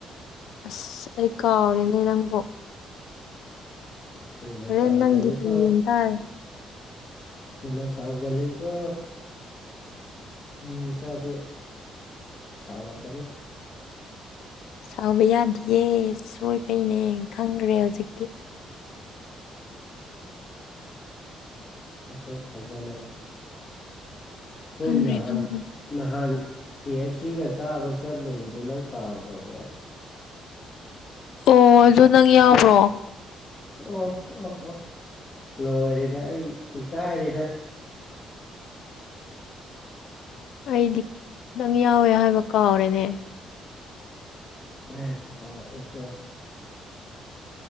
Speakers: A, on the left (about 80°); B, on the left (about 40°).
A: ꯑꯁ ꯑꯩ ꯀꯥꯎꯔꯦꯅꯦ ꯅꯪꯕꯨ
B: ꯊꯨꯅ
A: ꯍꯣꯔꯦꯟ
B: ꯀꯥꯎꯒꯜꯂꯤꯀꯣ
A: ꯅꯪ ꯗꯤꯄꯤ ꯌꯦꯡ ꯇꯥꯔꯦ
B: ꯊꯨꯅ ꯀꯥꯎꯒꯜꯂꯤꯀꯣ ꯃꯤ ꯃꯆꯥꯗꯤ ꯁꯥꯎꯔꯛꯀꯅꯤ
A: ꯁꯥꯎꯕ ꯌꯥꯗꯤꯌꯦ ꯁꯣꯏꯕꯩꯅꯦ ꯈꯪꯒ꯭ꯔꯦ ꯍꯧꯖꯤꯛꯇꯤ
B: ꯑꯁꯨꯛ ꯐꯖꯅ ꯍꯣꯏ
A: ꯈꯪꯈ꯭ꯔꯦ
B: ꯅꯍꯥꯟ
A: ꯈꯪꯈ꯭ꯔꯦ
B: ꯅꯍꯥꯟ ꯀꯦ ꯑꯦꯐ ꯁꯤꯒ ꯆꯥꯕ ꯆꯠꯂꯨꯕꯗꯨ ꯅꯪ ꯀꯥꯎꯒ꯭ꯔꯕꯣ
A: ꯑꯣ ꯑꯗꯨ ꯅꯪ ꯌꯥꯎꯕ꯭ꯔꯣ
B: ꯑꯣ ꯑꯣ ꯑꯣ ꯂꯣꯏꯔꯦꯗ ꯑꯩ ꯏꯀꯥꯏꯔꯦꯗ
A: ꯑꯩꯗꯤ ꯅꯪ ꯌꯥꯎꯋꯦ ꯍꯥꯏꯕ ꯀꯥꯎꯔꯦꯅꯦ
B: ꯢꯀꯥꯢꯕ ꯐꯥꯎꯔꯛꯢꯀꯣ